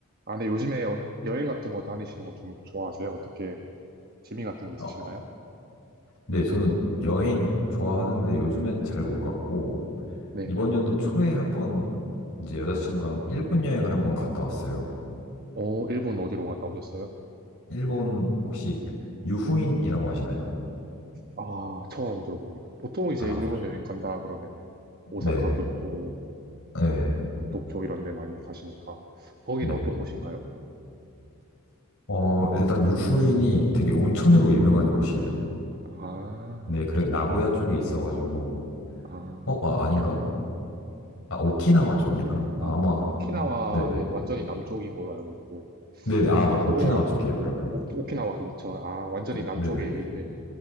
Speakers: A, on the right; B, on the left.
A: 아, 네 요즘에 어- 여행 같은 거 다니시는 거 좀 좋아하세요? 어떻게 취미 같은 게 있으신가요?
B: 어, 네, 저는 여행 좋아하는데 요즘엔 잘 못 갔고,
A: 네.
B: 이번 연도 초에 한번 이제 여자친구랑 일본 여행을 한번 갔다 왔어요.
A: 어, 일본 어디로 갔다 오셨어요?
B: 일본 혹시 유후인이라고 아시나요?
A: 아, 처음 들어봅니다. 보통 이제
B: 아,
A: 일본
B: 그-
A: 여행 간다 그러면은 오사카,
B: 네,
A: 교토,
B: 네,
A: 그 도쿄 이런 데 많이 가시니까 거기는
B: 네.
A: 어떤 곳인가요?
B: 어, 일단 유후인이 되게 온천으로 유명한 곳이에요.
A: 아,
B: 네, 그래, 나고야 쪽에 있어가지고,
A: 아,
B: 어, 아, 아닌가? 아, 오키나와 쪽인가? 아,
A: 아,
B: 아마,
A: 오키나와는
B: 네네.
A: 완전히 남쪽인 걸로 알고 있고
B: 네네, 아, 맞다.
A: 나고야,
B: 오키나와 쪽이에요, 그러면.
A: 오, 오키나와 근처, 아, 완전히
B: 네네네.
A: 남쪽에
B: 네네네.
A: 있는